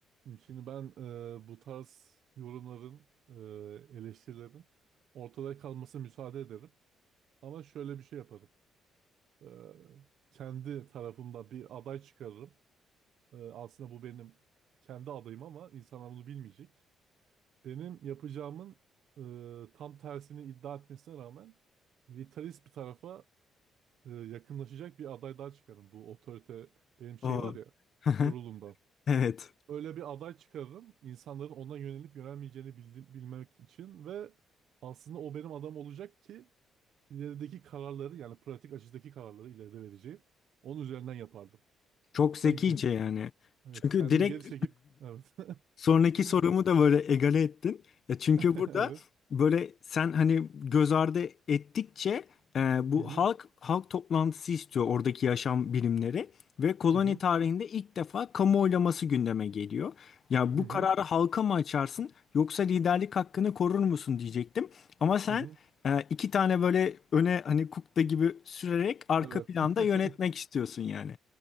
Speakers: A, on the right; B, on the left.
A: Şimdi ben e, bu tarz yorumların, e, eleştirilerin ortada kalmasına müsaade ederim. Ama şöyle bir şey yaparım. E, kendi tarafımda bir aday çıkarırım. Ee, aslında bu benim kendi adayım ama insanlar bunu bilmeyecek. Benim yapacağımın e, tam tersini iddia etmesine rağmen militarist bir tarafa e, yakınlaşacak bir aday daha çıkarım. Bu otorite benim şey
B: Oo.
A: var ya
B: <laughs>
A: kurulumdan.
B: Evet.
A: Öyle bir aday çıkarırım. insanların ona yönelip yönelmeyeceğini bildi- bilmek için ve aslında o benim adam olacak ki ilerideki kararları yani pratik açıdaki kararları ileride vereceğim. Onun üzerinden yapardım.
B: Çok
A: Şu
B: zekice
A: an gel.
B: yani.
A: Evet
B: Çünkü
A: kendimi
B: direkt
A: geri çekip evet.
B: Sonraki sorumu
A: <laughs>
B: da böyle egale ettin. Ya çünkü
A: <laughs>
B: burada
A: Evet.
B: böyle sen hani göz ardı ettikçe e, bu
A: Hı hı.
B: halk halk toplantısı istiyor oradaki yaşam bilimleri ve koloni
A: Hı hı.
B: tarihinde ilk defa kamu oylaması gündeme geliyor. Ya
A: Hı
B: bu
A: hı.
B: kararı halka mı açarsın yoksa liderlik hakkını korur musun diyecektim. Ama sen
A: Hı hı.
B: e, iki tane böyle öne hani kukla gibi sürerek arka
A: Evet.
B: planda
A: <laughs>
B: yönetmek istiyorsun yani.